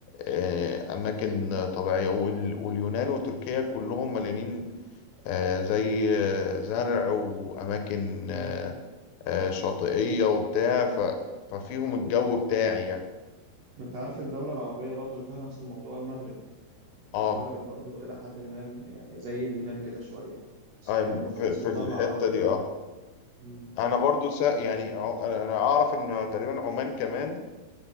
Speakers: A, on the left; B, on the right.
A: آه، أماكن طبيعية وال- واليونان وتركيا كلهم مليانين آه، زي آه، زرع وأماكن
B: مم.
A: آه، آه، شاطئية وبتاع ف- ففيهم الجو بتاعي يعني
B: انت عارف الدولة العربية برضو اللي فيها نفس الموضوع المغرب
A: اه
B: المغرب برضو إلى حد ما يعني زي اليونان كده شوية بس
A: آه،
B: فاهم بط-
A: في
B: بس
A: في
B: بطبع
A: الحتة
B: عربي
A: دي اه
B: مم.
A: انا برضو سا يعني عو- انا أنا اعرف ان تقريبا عمان كمان